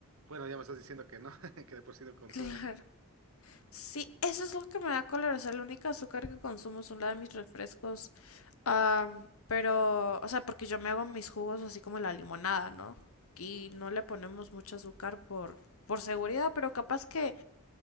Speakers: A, on the right; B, on the left.
A: bueno, ya me estás diciendo que no, <laughs> que de por sí no consumes.
B: Claro. Sí, eso es lo que me da color. O sea, el único azúcar que consumo es una de mis refrescos. am, pero, o sea, porque yo me hago mis jugos así como la limonada, ¿no? Y no le ponemos mucho azúcar por, por seguridad, pero capaz que